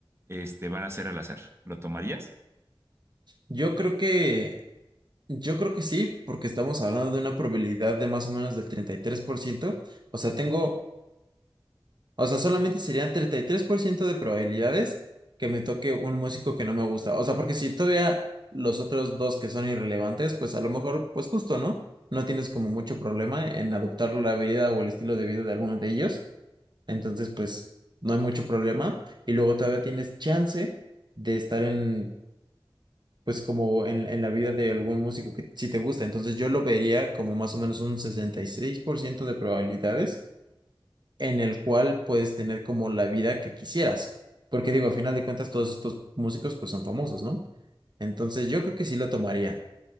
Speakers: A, on the right; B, on the right.
A: este van a ser al azar, ¿lo tomarías?
B: Yo creo que, yo creo que sí, porque estamos hablando de una probabilidad de más o menos del treinta y tres por ciento o sea, tengo O sea, solamente serían 33% de probabilidades que me toque un músico que no me gusta. O sea, porque si todavía los otros dos que son irrelevantes, pues a lo mejor, pues justo, ¿no? No tienes como mucho problema en adoptar la vida o el estilo de vida de alguno de ellos. Entonces, pues no hay mucho problema. Y luego todavía tienes chance de estar en, pues como en, en la vida de algún músico que sí te gusta. Entonces yo lo vería como más o menos un 66% de probabilidades en el cual puedes tener como la vida que quisieras. Porque digo, a final de cuentas, todos estos músicos pues son famosos, ¿no? Entonces yo creo que sí lo tomaría.